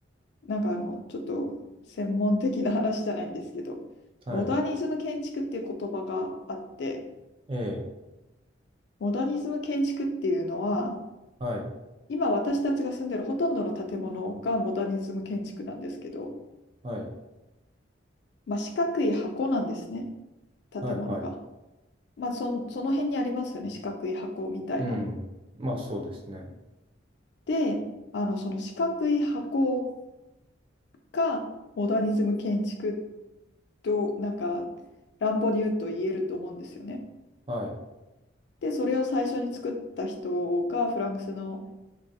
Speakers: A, on the left; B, on the right.
A: なんかあの、ちょっと専門的な話じゃないんですけど、
B: はい、
A: モダニズム建築っていう言葉があって、
B: ええ、
A: モダニズム建築っていうのは、
B: はい、
A: 今私たちが住んでるほとんどの建物がモダニズム建築なんですけど、
B: はい、
A: まあ、四角い箱なんですね、建物が。
B: はい、はい、
A: まあ、そ、その辺にありますよね、四角い箱みたいな。
B: うん、まあそうですね。
A: で、あの、その四角い箱がモダニズム建築と、なんか、乱暴に言うと言えると思うんですよね。
B: はい、
A: で、それを最初に作った人がフランスの、